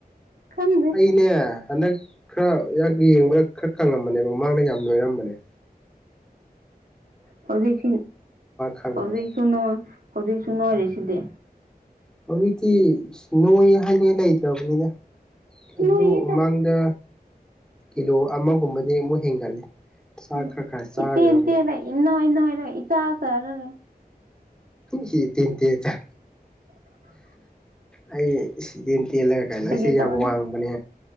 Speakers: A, on the right; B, in the centre.
A: ꯈꯪꯗꯦ
B: ꯑ ꯏꯅꯦ ꯍꯗ ꯈꯔ ꯌꯥꯝ ꯌꯦꯡꯕꯗ ꯈꯔ ꯀꯪꯉꯝꯕꯅꯦꯕ ꯃꯃꯥꯡꯗ ꯌꯥꯝ ꯂꯣꯏꯔꯝꯕꯅꯦ
A: ꯍꯧꯖꯤꯛ
B: ꯈꯪꯕꯅꯦ
A: ꯍꯧꯖꯤꯛꯁꯨ ꯍꯧꯖꯤꯛꯁꯨ ꯅꯣꯏꯔꯤꯁꯤꯗꯤ
B: ꯍꯧꯖꯤꯛꯇꯤ ꯅꯣꯏꯍꯟꯉꯦ ꯂꯩꯇ꯭ꯔꯕꯅꯤꯗ
A: ꯅꯣꯏꯌꯦꯗ
B: ꯑꯗꯨ ꯃꯃꯥꯡꯗ ꯀꯤꯂꯣ ꯑꯃꯒꯨꯝꯕꯗꯤ ꯑꯃꯨꯛ ꯍꯦꯟꯒꯠꯂꯦ ꯆꯥꯛ
A: ꯎꯝ
B: ꯈꯔ ꯈꯔ ꯆꯥꯔꯦꯕ
A: ꯏꯠꯇꯦ ꯏꯟꯇꯦꯂ ꯏꯅꯣ ꯏꯅꯣꯂ ꯏꯇꯥꯎ ꯇꯔ
B: ꯍ ꯇꯤꯟ ꯇ ꯆ ꯑꯩ ꯆꯤꯇꯦꯟ ꯇꯦꯜꯂꯒ ꯀꯥꯏꯅ
A: ꯐꯥꯒꯤ
B: ꯑꯩꯁꯦ
A: ꯇꯧꯕꯅꯦ
B: ꯌꯥꯝ ꯋꯥꯡꯕꯅꯦ